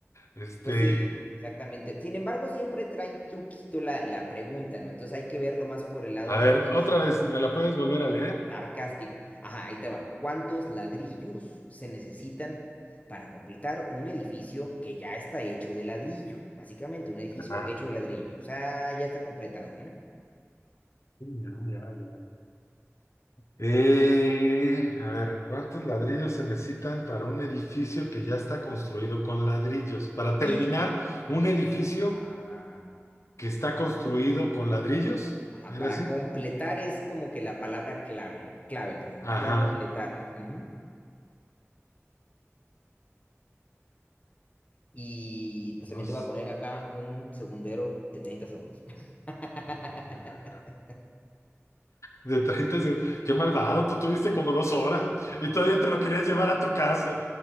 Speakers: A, on the left (about 75°); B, on the left (about 30°).
A: Este,
B: Pues sí, exactamente. Sin embargo, siempre traen truquito la, la pregunta, ¿no? Entonces hay que verlo más por el lado
A: a ver,
B: este,
A: otra vez, ¿me la puedes volver a leer?
B: Sarcástico. Ajá, ahí te va. ¿Cuántos ladrillos se necesitan para completar un edificio que ya está hecho de ladrillo? Básicamente, un edificio
A: Ah,
B: hecho de ladrillos. O sea, ya está completado, ¿no?
A: ya, ya, ya. Eh, a ver, ¿cuántos ladrillos se necesitan para un edificio que ya está construido con ladrillos? Para terminar
B: Y...
A: un edificio.
B: Ajá, ajá,
A: que está construido
B: ajá,
A: con ladrillos,
B: ajá,
A: ¿era
B: Para
A: así?
B: completar es como que la palabra clave, clave, perdón,
A: Ajá,
B: completar. ujú. Y pues
A: no
B: también
A: sé.
B: te voy a poner acá un segundero de treinta segundos. <laughs>
A: Ajá. De 30 segundos. Qué malvado, tú tuviste como dos horas y todavía te lo querías llevar a tu casa.